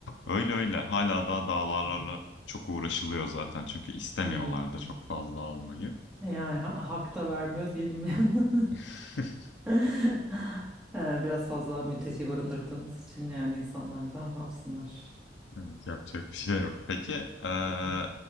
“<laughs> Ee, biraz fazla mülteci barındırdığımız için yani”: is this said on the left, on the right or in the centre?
Centre